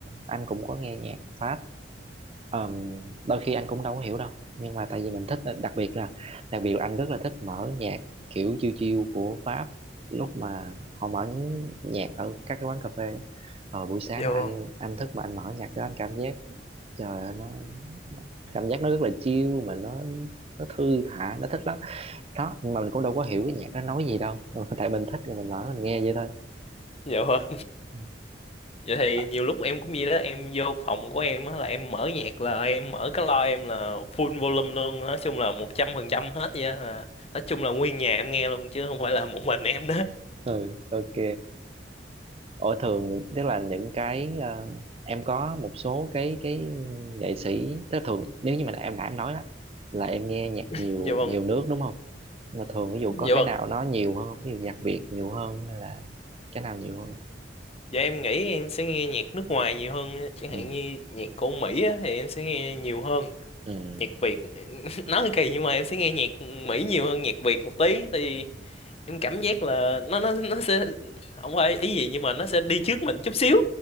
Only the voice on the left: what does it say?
dạ
vâng
dạ vâng
Vậy thì
nhiều lúc em cũng vậy đó, em vô phòng của em á là em mở nhạc là em mở cái loa em là full volume luôn, nói chung là 100% hết vậy á, là nói chung là nguyên nhà em nghe luôn chứ không phải là một mình em đó.
<laughs>
Dạ vâng,
dạ
vâng.
Dạ em nghĩ em sẽ nghe nhạc nước ngoài nhiều hơn, á. chẳng
hạn như nhạc của Mỹ á thì em sẽ nghe nhiều hơn.
Nhạc Việt <laughs> nói thì kỳ nhưng mà em sẽ nghe nhạc Mỹ nhiều hơn nhạc Việt một tí thì
em cảm giác là nó nó nó sẽ không phải ý gì nhưng mà nó sẽ đi trước mình chút xíu